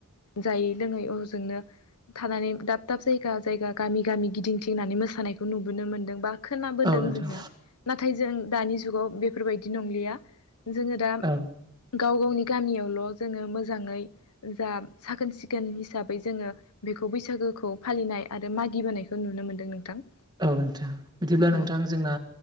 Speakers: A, on the left; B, on the right.
A: जायै लों हजोनो थानानै दाब-दाब जायगा-जायगा गामि-गामि गिदिंथिंनानै मोसानायखौ नुबोनो मोनो मोनदों बा खोनाबोदों
B: औ नोंथां
A: जोंङो नाथाय जों दानि जुगाव बेफोरबायदि नंलिया। जोंङो दा
B: औ
A: गाव-गावनि गामियावल' जोंङो मोजाङै जा साखोन सिखोन हिसाबै जोङो बेखौ खौ बैसागोखौ फालिनाय आरो मागिबोनायखौ नुनो मोनदों नोंथां।
B: औ नोंथां बिदिब्ला नोंथां
A: औ
B: जोंना